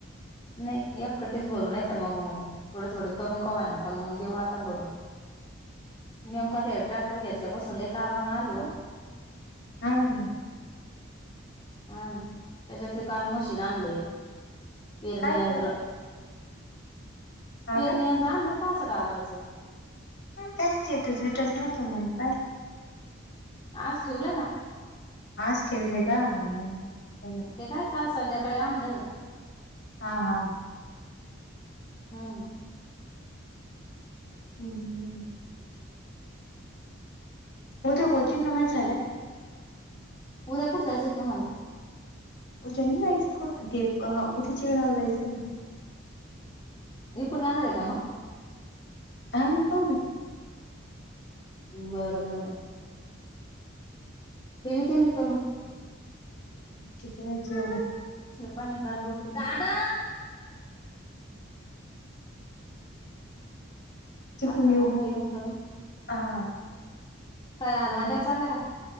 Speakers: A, on the left (about 25°); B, on the left (about 55°).
A: नाही एखटीच भरू नाही तर मग थोडे-थोडे करून का व्हयना पण मग देऊ आता भरून नेमका आता ट्रॅक्टर घेतल्यापासून लय तारामळ आली ओ
B: हा ना मग
A: हा ना त्याच्या ते काल मशीन आणलंय पेरणी
B: काय
A: यंत्र
B: ग हा
A: पेरणी
B: का
A: यंत्र आणलं ना पासस्ट हजाराचं
B: काय स्टेटस बीटास नव्हतं मग काय?
A: आज ठेवलाय
B: आज ठेवले का हा हा मग
A: ते काय काल संध्याकाळी आणलं
B: हा हा
A: हम्म
B: हू हू उद्या होतील ना माझ्या साड्या
A: उद्या कुठ जायचंय तुम्हाला?
B: उद्या नाही जायचं कुठे पण ते अ गुड्डीच्या गावला जायचं हाय ना
A: इकडून येणार आहे का मग?
B: हा मग पाहुं ना
A: बरं बर ठेवी ते मी करून
B: ती पन आज्जी आली.
A: पाहा ना दार लोटून दादा.
B: तिकून
A: पाहि ना
B: येऊ
A: मग ठेऊन करून
B: हा
A: काय आज
B: हा
A: धौंड्याला चालला काय?